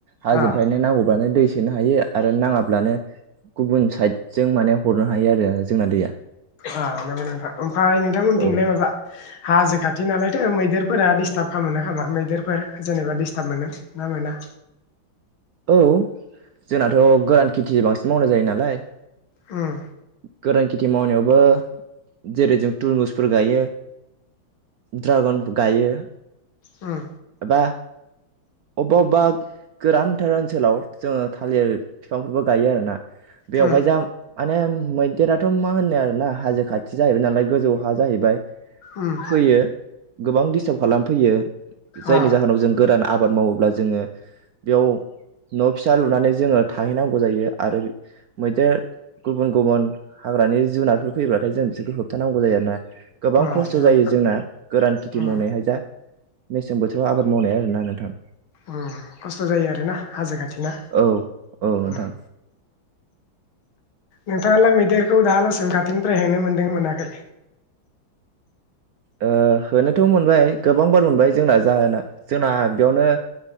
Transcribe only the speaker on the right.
हाजोनिफ्रायनो
नांगौबानो दै सोनो हायो आरो नाङाब्लानो गुबुन साइजों माने हरनो हायो आरो जोंना दैया।
औ
औ जोंनाथ' गोरान खेथिजों बांसिन मावनाय जायो नालाय
गोरान खेथि मावनायावबो जेरै- जों तुरमुसफोर गायो ड्रागन गायो।
बा अबेबा अबेबा गोरानथार ओनसोलाव जोङो थालिर बिफांफोरबो गायो आरोना। बेवहाय
जा माने मैदेराथ' मा होनो आरोना हाजो खाथि जाहैबाय नालाय गोजौ हा जाहैबाय।
फैयो। गोबां डिस्टार्ब खालामफैयो। जायनि
जाहोनाव जों गोरान आ बाद मावोब्ला जोङो बेयाव न' फिसा लुनानै जोङो थाहैनांगौ जायो आरो मैदेर गुबुन-गुबुन हाग्रानि जुनारफोर फैब्लाथाय जों बिसोरखौ होबथानांगौ जायो आरो ना। गोबां
खस्थ'
जायो
जोंना गोरान खेथि
मावनायहाय दा। मेसें बोथोराव आबाद मावनाया आरोना नोंथां।
औ औ नोंथां
ओ होनोथ' मोनबाय गोबां बार मोनबाय जोंना जाहोना जोंना बेयावनो